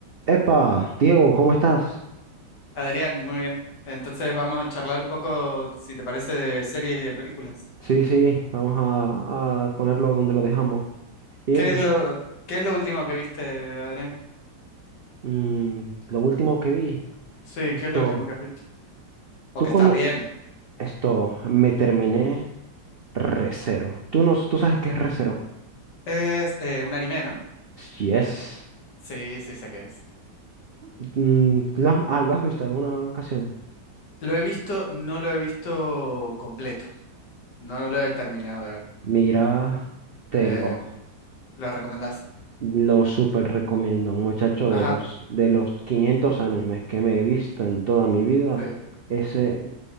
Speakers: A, on the right; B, on the left.
A: Epa, Diego, ¿cómo estás?
B: Adrián, muy bien. Entonces vamos a charlar un poco, si te parece, de series y de películas.
A: Sí, sí, vamos a, a ponerlo donde lo dejamos. Y
B: ¿Qué
A: dime,
B: es lo, qué es lo último que viste, Adrián?
A: mm, lo último que vi,
B: Sí,
A: esto,
B: ¿qué es lo último que has visto? O
A: tú
B: que
A: con
B: estás viendo.
A: esto, me terminé Recero. ¿Tú, no, tú sabes qué es Recero?
B: Es eh, un anime, ¿no?
A: Yes.
B: Sí, sí, sé qué es.
A: Mm, ¿lo has, ah, ¿lo has visto alguna ocasión?
B: Lo he visto, no lo he visto completo. No lo he terminado de ver.
A: Mira, te
B: Eh,
A: lo,
B: ¿lo recomendás?
A: Lo súper recomiendo, muchacho,
B: Ajá,
A: de los, de los 500 animes que me he visto en toda mi vida,
B: sí.
A: ese